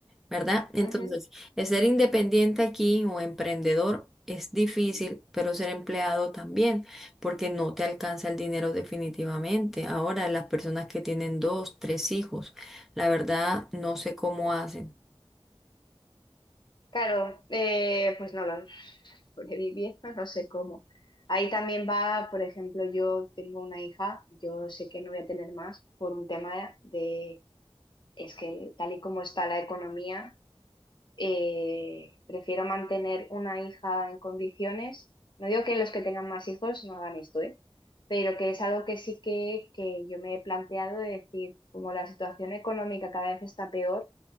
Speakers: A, in the centre; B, on the left (about 55°).
A: ¿verdad? Entonces,
B: Ujú.
A: el ser independiente aquí o emprendedor es difícil, pero ser empleado también, porque no te alcanza el dinero definitivamente. Ahora, las personas que tienen dos, tres hijos, la verdad, no sé cómo hacen.
B: Claro, eh, pues no lo <laughs> sobreviviendo, no sé cómo. Ahí también va, por ejemplo, yo tengo una hija, yo sé que no voy a tener más por un tema de, es que tal y como está la economía, eh, prefiero mantener una hija en condiciones. No digo que los que tengan más hijos no hagan esto, ¿eh? Pero que es algo que sí que, que yo me he planteado de decir, como la situación económica cada vez está peor,